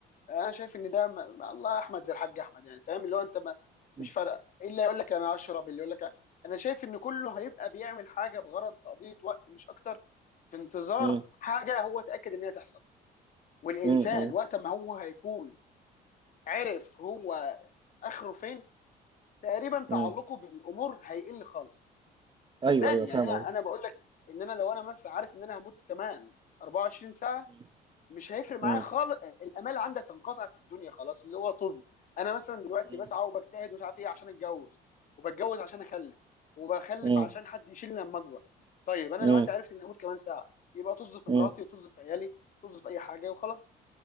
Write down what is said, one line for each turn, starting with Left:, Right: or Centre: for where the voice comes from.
Left: انا شايف ان ده ما... ما الله احمد زي الحاج احمد يعني فاهم اللي هو انت ما...
Right: م-
Left: مش فارقه إيه اللي يقول لك انا اشرب اللي يقول لك أ- انا شايف ان كله هيبقى بيعمل حاجه بغرض تقضيه وقت مش اكتر في انتظار
Right: م-
Left: حاجه هو اتاكد ان هي تحصل والانسان
Right: م.
Left: وقت ما هو هيكون عرف هو اخره فين تقريبا
Right: مم.
Left: تعلقه بالامور هيقل خالص صدقني
Right: ايوه ايوه فاهم
Left: يعني انا
Right: قصدي
Left: انا بقول لك ان انا لو انا مثلا عارف ان انا هموت كمان 24 ساعه
Right: مم.
Left: مش هيفرق معايا
Right: مم.
Left: خالص الامال عندك هنقطع في الدنيا خلاص اللي هو طب انا مثلا دلوقتي
Right: مم.
Left: بسعى وبجتهد ومش عارف ايه عشان اتجوز وبتجوز عشان اخلف وبخلف
Right: مم.
Left: عشان حد يشيلني لما اكبر طيب انا
Right: مم.
Left: دلوقتي عرفت اني هموت كمان ساعه يبقى طز في
Right: مم.
Left: مراتي وطز في عيالي طز في اي حاجه وخلاص